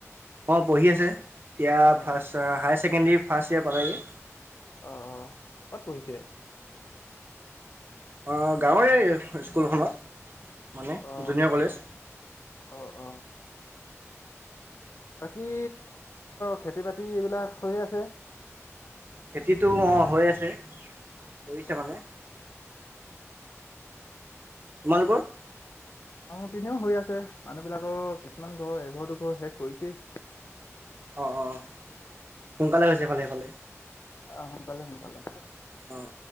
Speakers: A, on the right; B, on the left.
A: অঁ পঢ়ি আছে এতিয়া
B: অ অ
A: first year secondary first year পালেগে
B: অহ কত পঢ়িছে?
A: অ গাঁৱৰে স্কুলখনত মানে
B: অ
A: জুনিয়ৰ কলেজ
B: অ অ বাকী খেতি বাতি এইবিলাক হৈয়ে আছে
A: খেতিটো অ হৈ আছে কৰিছে মানে
B: উম।
A: তোমালোকৰ
B: আমাৰ পিনেও হৈ আছে মানুহবিলাকৰ কিছুমান ঘৰ এঘৰ দুঘৰ শেষ কৰিছেই
A: অঁ অঁ সোনকালে হৈছেফালে সেইফালে
B: আহ সোনকালে সোনকালে
A: অ